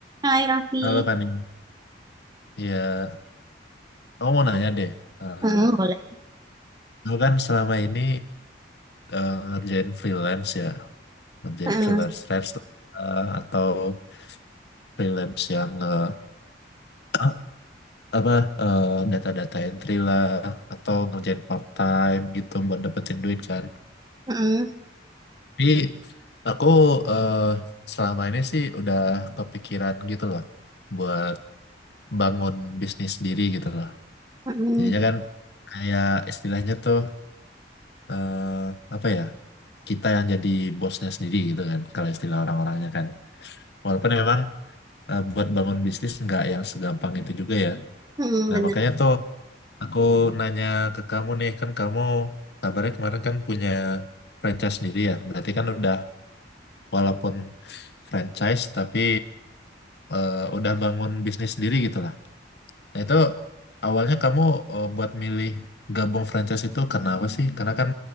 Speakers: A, on the right; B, on the left.
A: Hai Raffi.
B: Halo Fani, ya aku mau nanya deh, Eh
A: Heeh, boleh.
B: lo kan selama ini eh, ngerjain freelance ya, ngerjain
A: Heeh,
B: freelance freelance eh, atau freelance yang eh, <clears throat> apa eh, data-data entry lah atau ngerjain part time gitu buat dapetin duit kan.
A: heeh,
B: Tapi aku eh, selama ini sih udah kepikiran gitu loh buat bangun bisnis sendiri gitu loh.
A: heeh,
B: Jadinya kan kayak istilahnya tuh eh, apa ya? kita yang jadi bosnya sendiri gitu kan kalau istilah orang-orangnya kan walaupun memang eh, buat bangun bisnis nggak yang segampang itu juga ya
A: heeh,
B: nah
A: bener.
B: makanya tuh aku nanya ke kamu nih kan kamu kabarnya kemarin kan punya franchise sendiri ya berarti kan udah walaupun franchise tapi eh, udah bangun bisnis sendiri gitu lah nah itu awalnya kamu eh, buat milih gabung franchise itu karena apa sih karena kan